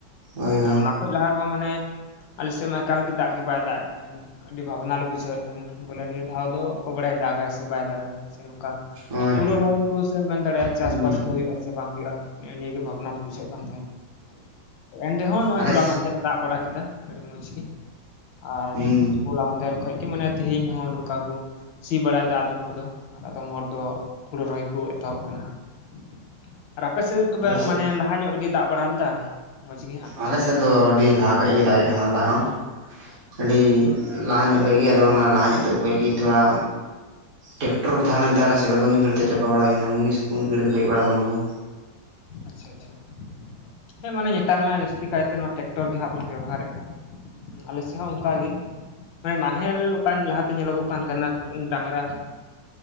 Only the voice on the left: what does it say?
ᱟᱨ ᱚᱱᱟ ᱠᱷᱚᱡ ᱞᱟᱦᱟ ᱨᱮᱢᱟ ᱢᱟᱱᱮ ᱟᱞᱮᱥᱮᱫ ᱢᱟ ᱮᱠᱟᱞ ᱜᱮ ᱫᱟᱜ ᱜᱮ ᱵᱟᱭ ᱫᱟᱜ ᱮᱫ ᱛᱟᱦᱮᱸᱫ ᱟᱹᱰᱤ ᱵᱷᱟᱵᱱᱟ ᱞᱮ ᱵᱩᱡᱷᱟᱹᱣᱮᱫ ᱛᱟᱦᱮᱱᱟ ᱵᱚᱞᱮ ᱱᱤᱭᱟᱹ ᱟᱫᱚ ᱚᱠᱚᱭ ᱵᱟᱲᱟᱭᱟ ᱫᱟᱜᱟᱭ ᱥᱮ ᱵᱟᱭ ᱫᱟᱜᱟ ᱥᱮ ᱱᱚᱝᱠᱟ
ᱦᱩᱲᱩ ᱨᱚᱦᱚᱭ ᱠᱩ ᱥᱮᱢ ᱢᱮᱱ ᱫᱟᱲᱮᱭᱟᱜᱼᱟ ᱪᱟᱥᱵᱟᱥ
ᱠᱚ ᱦᱩᱭᱩᱜᱼᱟ᱾ ᱥᱮ ᱵᱟᱝ ᱦᱩᱭᱩᱜᱼᱟ ᱱᱮᱜᱼᱮ ᱱᱤᱭᱟᱹ ᱜᱮ ᱵᱷᱟᱵᱱᱟ ᱫᱚ ᱵᱩᱡᱷᱟᱹᱜ ᱠᱟᱱ ᱛᱟᱦᱮᱸ᱾ ᱮᱱ ᱨᱮᱦᱚᱸ ᱱᱚᱜᱼᱚᱭ
ᱦᱚᱞᱟ ᱢᱟᱫᱷᱮᱨ ᱨᱮ ᱫᱟᱜ ᱵᱟᱲᱟ ᱠᱮᱫᱟ ᱟᱹᱰᱤ ᱢᱚᱡᱽ ᱜᱮ ᱾ᱟᱨ
ᱦᱚᱞᱟ ᱢᱟᱫᱷᱮᱨ ᱠᱷᱚᱡ ᱜᱮ ᱢᱟᱱᱮ ᱛᱤᱦᱤᱧ ᱦᱚᱸ ᱱᱚᱝᱠᱟ ᱠᱚ ᱥᱤ ᱵᱟᱲᱟᱭᱮᱫᱟ ᱟᱫᱚᱢ ᱦᱚᱲ ᱫᱚ ᱟᱫᱚᱢ ᱦᱚᱲ ᱫᱚ ᱦᱳᱲᱳ ᱨᱚᱦᱚᱭ ᱠᱚ ᱮᱛᱚᱦᱚᱵ ᱟᱠᱟᱱᱟ ᱾ ᱟᱨ ᱟᱯᱮᱥᱮᱫ ᱫᱚ ᱛᱚᱵᱮ
ᱢᱟᱱᱮ ᱞᱟᱦᱟ ᱧᱚᱜ ᱨᱮᱜᱮ ᱫᱟᱜ ᱵᱟᱲᱟ ᱞᱮᱫᱟ? ᱢᱚᱡᱽ ᱜᱮ ᱦᱟᱸᱜ
ᱥᱮ ᱪᱮᱫ ᱞᱮᱠᱟ
ᱟᱹᱰᱤ
ᱱᱟᱯᱟᱭ
ᱛᱚᱵᱮ
ᱟᱪᱪᱷᱟ ᱟᱪᱪᱷᱟ, ᱵᱦᱮᱸ ᱢᱟᱱᱮ ᱱᱮᱛᱟᱨ ᱢᱟ ᱡᱟᱹᱥᱛᱤ ᱠᱟᱭᱛᱮ ᱱᱚᱣᱟ ᱴᱨᱟᱠᱴᱚᱨ ᱜᱮ ᱦᱟᱸᱜ ᱵᱚᱱ ᱵᱮᱵᱚᱦᱟᱨᱮᱫ ᱠᱟᱱ᱾ ᱟᱞᱮ ᱥᱮᱫ ᱦᱚᱸ ᱚᱱᱠᱟ ᱜᱮ᱾ ᱢᱟᱱᱮ ᱱᱟᱦᱮᱞ ᱚᱠᱟ ᱞᱟᱦᱟ ᱛᱮ ᱧᱮᱞᱚᱜᱚᱜ ᱠᱟᱱ ᱛᱟᱦᱮᱱᱟ ᱰᱟᱺᱝᱨᱟ